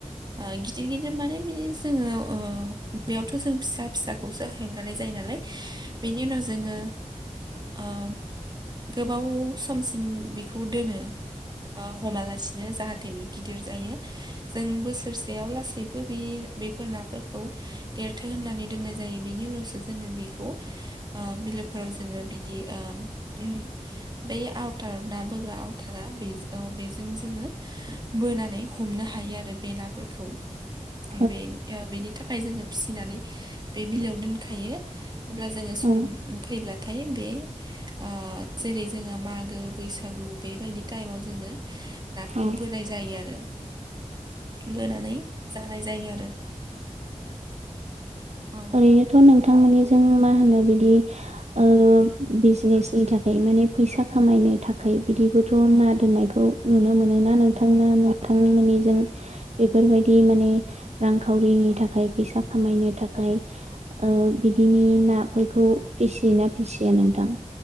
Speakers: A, on the right; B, on the right.
A: ओ गिदिर गिदिर माने बिदिनो जोङो ओ बेयावथ जों फिसा फिसाखौसो हेंगारनाय जायो नालाय बेनि उनाव जोङो ओ‌ गोबाव समसिम बेखौ दोनो ओ हमालासिनो जाहा- बे गिदिर जायो जों बोसोरसेयाव लासैबो बे बेफोर नाफोरखौ देरथो होननानै दोननाय जायो बिनि उनावसो जोङो बेखौ बिलोफोराव जोङो बिदि उम बे आवटार ना बोग्रा आवथारा बेजों ओं बेजों जोङो बोनानै हमनो हायो आरो बे नाफोरखौ।
B: औ
A: बे बेनि थाखाय जोङो फिसिनानै बे बिलोयाव दोनखायो। अब्ला जोङो
B: औ
A: सम फैब्ला नाथाय बे आ जेरै जोङो मागो, बैसागु बेबायदि टाइमाव जोङो
B: औ
A: खौ
B: औ
A: बोनाय जायो आरो बोनानै जानाय जायो आरो औ
B: ओरैनोथ नोंथांमोननिजों मा होनो बिदि ओ बिजनेसनि थाखाय माने फैसा खामायनो थाखाय बिदिबोथ‌ ना दोननायखौ नुनो मोनो ना नोंथां ना नोंथांमोननि जों बेफोरबायदि माने रांखावरिनि थाखाय फैसा खामायनो थाखाय बिदिनि नाफोरखौ फिसियोना फिसिया नोंथां?